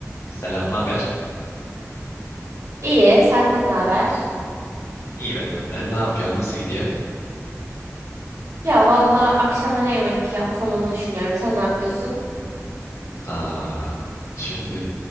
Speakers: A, on the left; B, on the right.
A: Selam, ne haber?
B: İyi, senden ne haber?
A: İyi benden de. Ne yapıyor? Nasıl gidiyor?
B: Ya valla akşama ne yemek yapsam onu düşünüyorum. Sen ne yapıyorsun?
A: Aa, şimdi